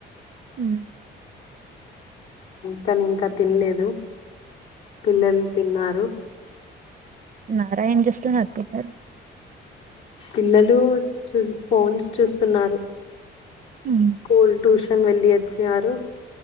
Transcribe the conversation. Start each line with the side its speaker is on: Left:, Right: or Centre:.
Right: హ్మ్
Left: కానీ ఇంకా తినలేదు పిల్లలు తిన్నారు.
Right: నారా ఏం జెస్తున్నారు పిల్లలు.
Left: పిల్లలు చూ ఫోన్స్ చూస్తున్నారు.
Right: ఉమ్
Left: స్కూల్ ట్యూషన్ వెళ్లి వచ్చారు.